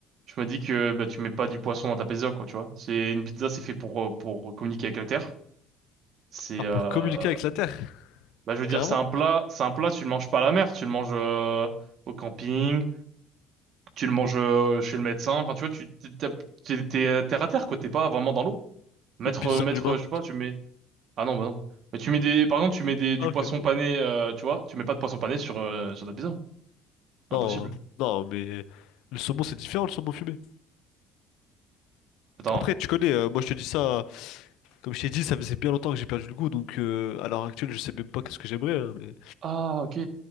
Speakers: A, on the right; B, on the left.
A: je me dis que, bah, tu mets pas du poisson dans ta pizza, quoi, tu vois. C'est, une pizza, c'est fait pour, euh, pour communiquer avec la terre. C'est,
B: Ah,
A: euh,
B: pour communiquer avec la Terre,
A: bah, je veux dire,
B: carrément.
A: c'est un plat, c'est un plat, tu le manges pas à la mer, tu le manges, euh, au camping, tu le manges,
B: Donc,
A: euh, chez le médecin. Enfin, tu vois, tu, t'es, t'es, t'es- t'es euh, terre à terre, quoi, t'es pas vraiment dans l'eau. Mettre,
B: une pizza
A: euh, mettre,
B: d'humain.
A: euh, je sais pas, tu mets, ah non, bah non. Mais tu mets des, par exemple, tu mets des,
B: Ah,
A: du
B: ok,
A: poisson
B: bon.
A: pané, euh, tu vois, tu mets pas de poisson pané sur, euh, sur ta pizza. Impossible.
B: Non, non, mais le saumon, c'est différent, le saumon fumé.
A: Attends.
B: Après, tu connais, euh, moi, je te dis ça, comme je t'ai dit, ça faisait bien longtemps que j'ai perdu le goût, donc euh, à l'heure actuelle, je sais même pas qu'est-ce que j'aimerais, hein, mais...
A: Ah, ok.